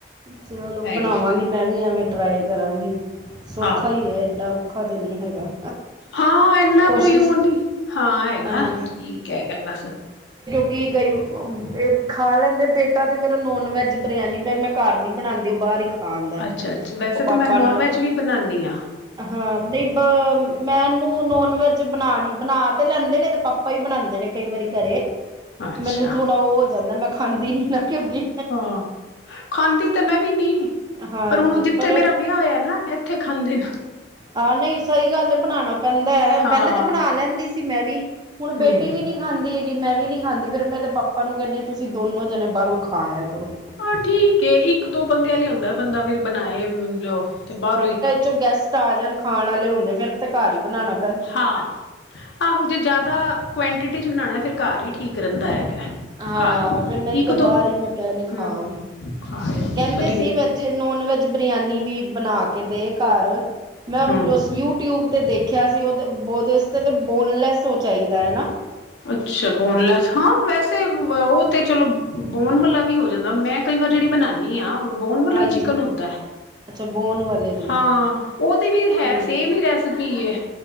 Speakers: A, on the right; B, on the left.
A: ਚਲੋ
B: ਹੈਗੀ
A: ਬਣਾਵਾਂਗੀ ਮੈਂ ਵੀ ਐਵੇਂ ਟਰਾਈ ਕਰਾਂਗੀ ਸੌਖਾ
B: ਆਹ
A: ਹੈ ਏਡਾਖ। ਔਖਾ ਤਾਂ ਨਹੀਂ ਹੈਗਾ।
B: ਹਾਂ ਏਨਾ
A: ਕੋਸ਼ਿਸ਼
B: ਕੋਈ ਉਹ ਨੀ ਹਾਂ ਹੈਗਾ
A: ਅਹ
B: ਠੀਕ ਹੈਗਾ ਬਸ।
A: ਕੀ ਕਹਿਏ ਖਾ ਲੈਂਦੇ ਬੇਟਾ ਤਾਂ ਮੇਰਾ ਨੋਨ ਵੈੱਜ ਬਰਿਆਨੀ ਪਰ। ਮੈਂ ਘਰ ਨਹੀਂਬਣਾਂਦੀ ਉਹ ਬਾਹਰ ਹੀ ਖਾ ਆਂਦਾ
B: ਅੱਛਾ ਅੱਛਾ ਵੈਸੇ
A: ਉਹ ਪਾਪਾ
B: ਤਾਂ ਮੈਂ ਨੋਨ
A: ਨਾਲ।
B: ਵੈਜ ਵੀ ਬਣਾਉਂਦੀ ਹਾਂ
A: ਹਾਂ ਨਹੀਂ ਬ ਮੈਨੂੰ ਨੋਨ ਵੈਜ ਬਣਾਣੀ ਬਣਾ ਤੇ ਲੈਂਦੇ ਨੇ ਤੇ ਪਾਪਾ ਹੀ ਬਣਾਂਦੇ ਨੇ ਕਈ ਵਾਰੀ ਘਰੇ।
B: ਅੱਛਾ
A: ਮੈਨੂੰ ਥੋੜਾ ਉਹ ਹੋ ਜਾਂਦਾ। ਮੈਂ ਖਾਂਦੀ ਨਈ ਨਾ ਕਿਉਕਿ
B: ਹਾਂ। ਖਾਂਦੀ ਤੇ ਮੈਂ ਵੀ ਨੀ
A: ਹਾਂਜੀ
B: ਪਰ ਹੁਣ ਜਿੱਥੇ
A: ਪਰ
B: ਮੇਰਾ ਵਿਆਹ ਹੋਇਆ ਨਾ। ਇੱਥੇ ਖਾਂਦੇ ਨੇ।
A: ਆਹ ਨਹੀਂ ਸਹੀ ਗੱਲ ਬਣਾਣਾ ਪੈਂਦਾ ਹੈ।
B: ਹਾਂ
A: ਪਹਿਲੇ ਤਾਂ ਬਣਾ ਲੈਂਦੀ ਸੀ ਮੈਂ ਵੀ। ਹੁਣ
B: ਹੂੰ
A: ਬੇਟੀ
B: ਹੂੰ
A: ਵੀ ਨੀ। ਖਾਂਦੀ ਹੈ ਗੀ ਮੈਂ ਵੀ ਨੀ ਖਾਂਦੀ ਫੇਰ ਮੈ ਏ ਦੈ ਪਾਪਾ ਨੂੰ ਕੈਂਦੀ ਹਾਂ। ਤੁਸੀਂ ਦੋਨੋ ਜਣੇ ਬਾਹਰੋਂ ਖਾ ਆਇਆ ਕਰੋ।
B: ਹਾਂ ਠੀਕ ਏ ਇੱਕ ਦੋ ਬੰਦੇਿਆਂ ਲ ਈ ਹੀ ਹੁੰਦਾ ਬੰਦਾ ਫਿਰ ਬਣਾਏ ਤੇ ਬਾਰੋਂ ਹੀ
A: ਜੋ ਗੈਸਟ ਆ ਜਾਣ ਖਾਣ ਵਾਲੇ ਹੁੰਦੇ ਫੇਰ ਤੇ ਘਰ ਹੀ ਬਣਾਣਾ।
B: ਹਾਂ ਆਹੋ ਜੇ ਜਾਦਾ ਕੁਆਂਟਿਟੀ 'ਚ ਬਣਾਣਾ ਫੇਰ ਘਰ ਹੀ ਠੀਕ ਰੈਂਦਾ ਹੈਗਾ।
A: ਹਾਂ
B: ਘਰ
A: ਫੇਰ ਨਹੀਂ
B: ਇੱਕ
A: ਤੇ
B: ਦੋ
A: ਬਾਹਰ ਹੀ ਮੈਂ ਕਹਨੀ ਖਾ
B: ਹੂੰ
A: ਆਓ।
B: ਖਾਇਆ
A: ਕਹਿੰਦੇ
B: ਵਧੀਆ
A: ਸੀ ਨੋਨ ਵੈਜ ਬਰਿਆਨੀ ਵੀ ਬਣਾ ਕੇ ਦੇ ਘਰ। ਮੈਂ
B: ਹੂੰ ਹੂੰ
A: ਯੂ ਟਯੂਬ ਤੇ ਦੇਖਿਆ ਸੀ। ਉਹ ਉਹਦੇ ਇਚ ਤਾਂ ਬੋਨਲੈਸ ਉਹ ਚਾਈਦਾ ਹਨਾ।
B: ਅੱਛਾ ਬੋਨਲੈਸ ਹਾਂ ਵੈਸੇ ਉਹ ਤੇ ਚਲੋ ਬੋਨ ਵਾਲਾ ਵੀ ਹੋ ਜਾਂਦਾ ਹੈ। ਮੈਂ ਕਈ ਵਾਰ ਜਿਹੜੀ ਬਣਾਣੀ ਆਂ ਬੋਨਵਾਲਾ
A: ਹਾਂਜੀ
B: ਈ ਚਿਕਨ ਹੁੰਦਾ ਐ।
A: ਅੱਛਾ ਬੋਨ ਵਾਲੇ ਦੀ
B: ਹਾਂ, ਉਹਦੀ ਵੀ ਹੈ
A: ਠੀਕ
B: ਸੇਮ ਈ ਰੈਸਪੀ ਐ।